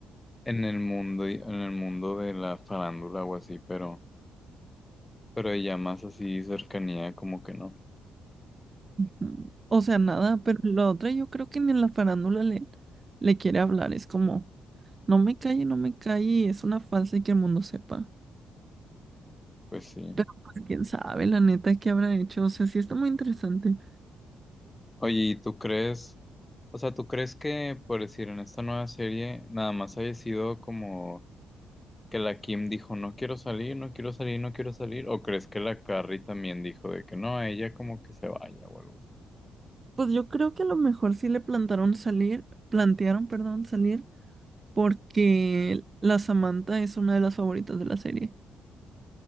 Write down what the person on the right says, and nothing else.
Mm, O sea, nada, pero la otra yo creo que ni en la farándula le, le quiere hablar, es como, no me calle, no me calle, es una falsa y que el mundo sepa.
Pero pues quién sabe, la neta, qué habrá hecho, o sea, sí está muy interesante.
Pues yo creo que a lo mejor sí le plantaron salir, plantearon, perdón, salir, porque la Samantha es una de las favoritas de la serie.